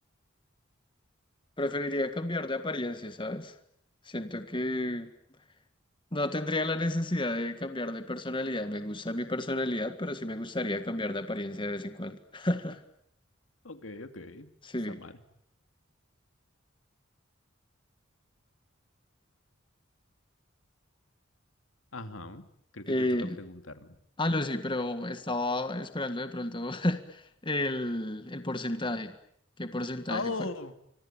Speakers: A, on the left; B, on the left.
A: Preferiría cambiar de apariencia, ¿sabes? Siento que no tendría la necesidad de cambiar de personalidad. Me gusta mi personalidad, pero sí me gustaría cambiar de apariencia de vez en cuando. <laughs>
B: ok, ok,
A: Sí.
B: está mal. Ajá, creo que
A: Eh,
B: te toca preguntarme.
A: ah, no, sí, pero estaba esperando de pronto <laughs> el, el porcentaje. ¿Qué porcentaje
B: ¡Oh!
A: fue?